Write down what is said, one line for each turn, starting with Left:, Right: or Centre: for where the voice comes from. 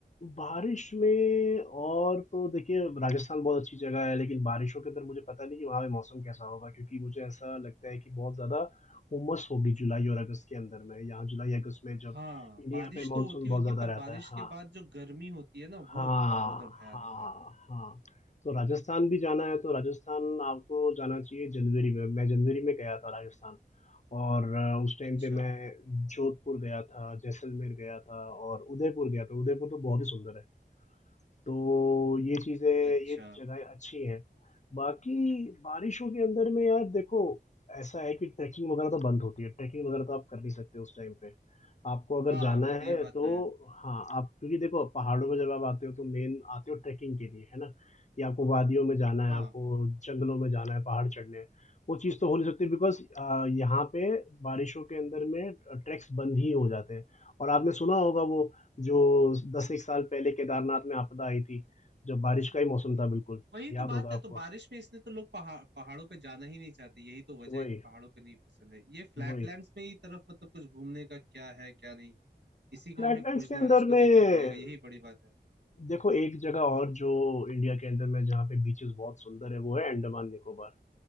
Left: बारिश में और तो देखिए राजस्थान बहुत अच्छी जगह है लेकिन बारिशों के अंदर मुझे पता नहीं कि वहाँ पे मौसम कैसा होगा क्योंकि मुझे ऐसा लगता है कि बहुत ज़्यादा हुमस होगी जुलाई और अगस्त के अंदर में यहाँ जुलाई अगस्त में जब
Right: हाँ
Left: इंडिया
Right: बारिश
Left: पे
Right: तो
Left: मानसून
Right: होती
Left: बहुत
Right: होगी
Left: ज़्यादा
Right: पर
Left: रहता
Right: बारिश
Left: है हाँ
Right: के बाद जो गर्मी होती है ना
Left: हाँ
Right: वो होता होगा उधर भयानक
Left: हाँ
Right: वाला
Left: हाँ तो राजस्थान भी जाना है तो राजस्थान आपको जाना चाहिए जनवरी में मैं जनवरी में गया था राजस्थान और अ, उस टाइम
Right: अच्छा
Left: पे मैं जोधपुर गया था जैसलमेर गया था और उदयपुर गया था उदयपुर तो बहुत ही सुंदर है तो ये चीज़ें
Right: अच्छा
Left: ये जगह अच्छी हैं। बाकी बारिशों के अंदर में यार देखो ऐसा है कि ट्रैकिंग वगैरह तो बंद होती है। ट्रैकिंग वगैरह तो आप कर नहीं सकते उस टाइम पे। आपको अगर
Right: हाँ
Left: जाना
Right: ये
Left: है
Right: बात
Left: तो
Right: तो है
Left: हाँ, आप क्योंकि देखो पहाड़ों में जब आप आते हो तो मेन आते हो ट्रैकिंग के लिए, है ना? कि आपको वादियों में जाना है,
Right: हाँ
Left: आपको जंगलों में जाना है, पहाड़ चढ़ने हैं। वो चीज़ तो हो नहीं सकती बिकॉज़ अ, यहाँ पे बारिशों के अंदर में अ, ट्रैक्स बंद ही हो जाते हैं। और आपने सुना होगा वो जो 10 एक साल पहले केदारनाथ में आपदा आई थी, जब बारिश का ही मौसम था बिल्कुल,
Right: वही
Left: याद
Right: तो बात
Left: होगा
Right: है
Left: आपको।
Right: तो बारिश में इसलिए तो लोग पहाड़ पहाड़ों पे जाना ही नहीं चाहते यही तो वजह
Left: तो वही,
Right: है कि पहाड़ों पे नहीं पसंद है ये फ्लैटलैंड्स
Left: वही।
Right: में ही तरफ मतलब कुछ घूमने का क्या है क्या नहीं इसी को
Left: फ्लैटलैंड्स
Right: हमें खोजना
Left: के अंदर
Right: और इसको देखना
Left: में
Right: पड़ेगा यही बड़ी बात है
Left: देखो एक जगह और जो इंडिया के अंदर में जहाँ पे बीचेस बहुत सुंदर है वो है अंडमान निकोबार।